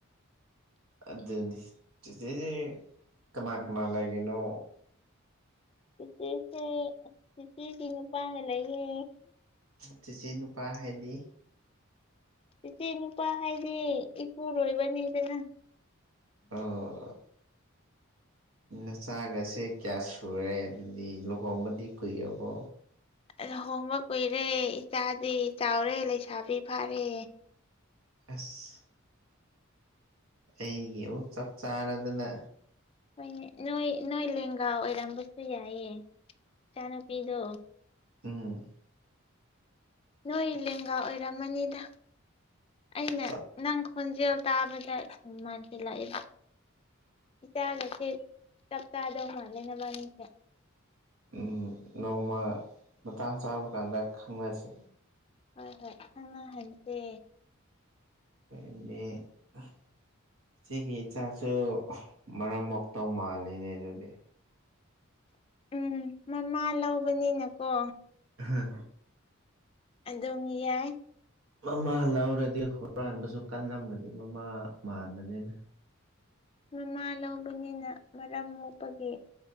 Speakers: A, on the right; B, on the left.
A: ꯑꯗꯨꯅꯤ ꯆꯤꯆꯦꯁꯤ ꯀꯅꯥ ꯀꯅꯥ ꯂꯩꯔꯤꯅꯣ
B: ꯆꯤꯆꯦꯁꯦ ꯆꯦꯆꯦꯒꯤ ꯅꯨꯄꯥꯅ ꯂꯩꯌꯦ
A: ꯆꯦꯆꯦ ꯅꯨꯄꯥ ꯍꯥꯏꯗꯤ
B: ꯆꯦꯆꯦ ꯅꯨꯄꯥ ꯍꯥꯏꯗꯤ ꯏꯄꯨꯔꯣꯏꯕꯅꯤꯗꯅ
A: ꯑꯣ ꯅꯆꯥꯒꯁꯦ ꯀꯌꯥ ꯁꯨꯔꯦ ꯑꯗꯨꯗꯤ ꯂꯨꯍꯣꯡꯕꯗꯤ ꯀꯨꯏꯔꯕꯣ
B: ꯂꯨꯍꯣꯡꯕ ꯀꯨꯏꯔꯦ ꯏꯆꯥꯗꯤ ꯆꯥꯎꯔꯦ ꯂꯩꯁꯥꯕꯤ ꯐꯥꯔꯦ
A: ꯑꯁ ꯑꯩꯒꯤ ꯑꯃꯨꯛ ꯆꯞ ꯆꯥꯔꯗꯅ
B: ꯍꯣꯏꯅꯦ ꯅꯣꯏ ꯅꯣꯏ ꯂꯦꯡꯒꯥ ꯑꯣꯏꯔꯝꯕꯁꯨ ꯌꯥꯏꯌꯦ ꯏꯆꯥꯅꯨꯄꯤꯗꯣ
A: ꯎꯝ
B: ꯅꯣꯏ ꯂꯦꯡꯒꯥ ꯑꯣꯏꯔꯝꯃꯅꯤꯗ ꯑꯩꯅ
A: ꯆꯞ
B: ꯅꯪ ꯈꯣꯟꯖꯦꯜ ꯇꯥꯕꯗ ꯁꯨꯝ ꯃꯥꯟꯁꯤꯜꯂꯛꯑꯦꯕꯣ ꯏꯆꯥꯒꯁꯦ ꯆꯞ ꯆꯥꯗꯧ ꯃꯥꯜꯂꯦ ꯅꯕꯥꯅꯤꯁꯦ
A: ꯎꯝ ꯅꯣꯡꯃ ꯃꯇꯥꯡ ꯆꯥꯕ ꯀꯥꯟꯗ ꯈꯪꯅꯁꯤ
B: ꯍꯣꯏ ꯍꯣꯏ ꯈꯪꯅ ꯍꯟ <unintelligible>
A: <unintelligible> ꯏꯆꯦꯒꯤ ꯏꯆꯥꯁꯨ ꯃꯔꯝ ꯃꯣꯛꯇꯧ ꯃꯥꯜꯂꯤꯅꯦ ꯑꯗꯨꯗꯤ
B: ꯎꯝ ꯃꯃꯥ ꯂꯧꯕꯅꯤꯅꯀꯣ
A: ꯑꯍ
B: ꯑꯗꯨꯝ ꯌꯥꯏ
A: ꯃꯃꯥ ꯂꯧꯔꯗꯤ ꯍꯨꯔꯥꯟꯕꯁꯨ ꯀꯜꯂꯝꯒꯅꯤ ꯃꯃꯥ ꯃꯥꯟꯕꯅꯤꯅ
B: ꯃꯃꯥ ꯂꯧꯕꯅꯤꯅ ꯃꯔꯝ ꯃꯣꯛꯄꯒꯤ